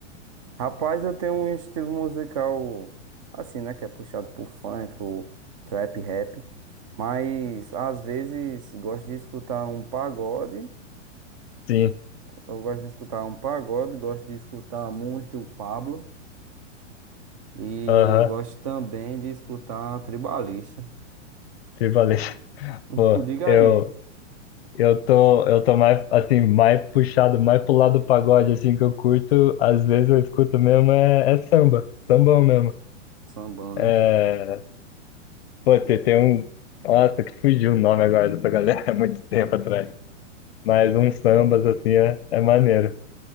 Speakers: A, on the right; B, on the left.
A: Rapaz, eu tenho um estilo musical assim, né? Que é puxado por funk, o trap rap. Mas às vezes gosto de escutar um pagode.
B: Sim,
A: Eu gosto de escutar um pagode, gosto de escutar muito o Pablo. E
B: aham,
A: gosto também de escutar tribalista.
B: se valeu. <laughs>
A: <laughs>
B: Pô,
A: Diga
B: eu,
A: aí.
B: Eu tô, eu tô mais, assim, mais puxado, mais pro lado do pagode, assim, que eu curto. Às vezes eu escuto mesmo, é, é samba, sambão mesmo.
A: Sambão,
B: É,
A: né?
B: pô, tem, tem um, nossa, que fugiu o nome agora dessa galera, <laughs> há muito tempo atrás. Mas uns sambas, assim, é, é maneiro.